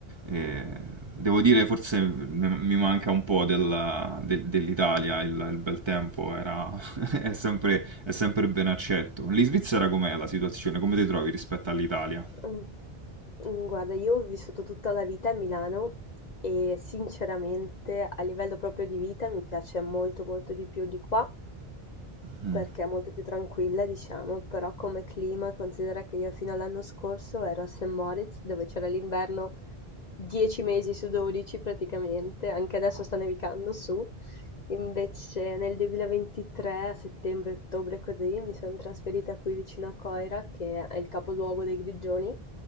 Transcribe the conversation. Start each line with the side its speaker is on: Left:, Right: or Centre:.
Right: eh, devo dire forse mi mi manca un po' della- del- dell'Italia, il, il bel tempo era, <laughs> è sempre, è sempre ben accetto. Lì in Svizzera com'è la situazione? Come ti trovi rispetto all'Italia?
Left: Mh, mhmm, guarda, io ho vissuto tutta la vita a Milano e sinceramente a livello proprio di vita mi piace molto, molto di più di qua,
Right: Mh.
Left: perché è molto più tranquilla, diciamo, però come clima considera che io fino all'anno scorso ero a St. Moritz, dove c'era l'inverno dieci mesi su dodici praticamente, anche adesso
Right: No.
Left: sta nevicando su. Invece nel 2023, a settembre-ottobre così, mi sono trasferita qui vicino a Coira, che è il capoluogo dei Grigioni,